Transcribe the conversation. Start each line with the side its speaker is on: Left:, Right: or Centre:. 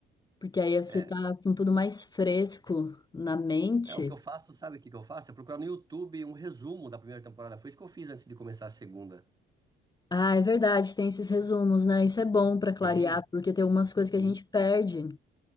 Left: Porque aí você
Right: É,
Left: tá com tudo mais fresco na mente.
Right: é, o que eu faço, sabe o que que eu faço? É procurar no YouTube um resumo da primeira temporada. Foi isso que eu fiz antes de começar a segunda.
Left: Ah, é verdade, tem esses resumos, né? Isso é bom pra clarear,
Right: Tem,
Left: porque tem algumas coisas
Right: sim.
Left: que a gente perde.